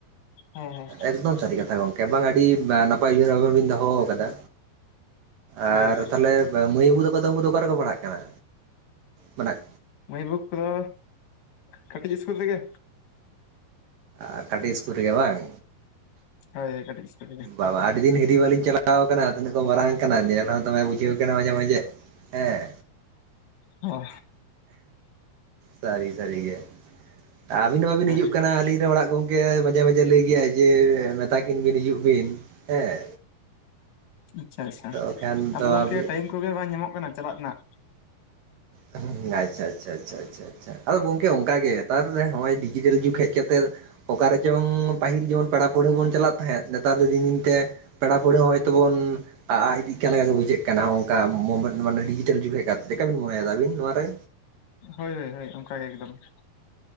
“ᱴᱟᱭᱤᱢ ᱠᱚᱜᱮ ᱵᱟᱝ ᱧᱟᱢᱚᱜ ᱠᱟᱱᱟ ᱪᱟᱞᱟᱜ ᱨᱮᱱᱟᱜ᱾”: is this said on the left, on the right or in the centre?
Left